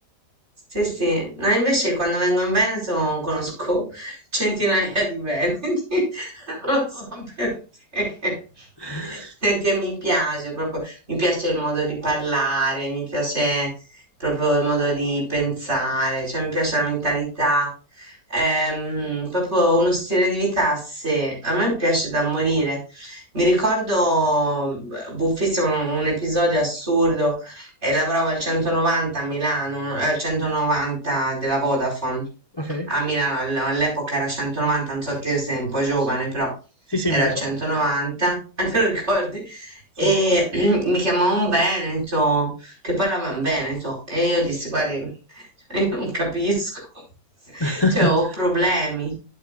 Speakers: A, on the right; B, on the left.
A: Sì, sì. No, invece quando vengo in Veneto conosco centinaia di veneti, <laughs> lo so perché.
B: <laughs>
A: Perché mi piace proprio, mi piace il modo di parlare, mi piace proprio il modo di pensare, cioè mi piace la mentalità, ehm, proprio uno stile di vita se a me piace da morire. Mi ricordo, eh, buffissimo, un un episodio assurdo e lavoravo al 190 a Milano, eh, al 190 della Vodafone
B: Ok?
A: a Milano, all- all'epoca era 190, non so te sei un po' giovane, però
B: Sì, sì,
A: era
B: mi ricordo.
A: il 190, <laughs> te lo ricordi?
B: Sì.
A: E <clears throat> mi chiamò un Veneto che parlava in veneto e io dissi, guardi, <laughs> cioè, io non capisco, <laughs>
B: <laughs>
A: cioè ho problemi.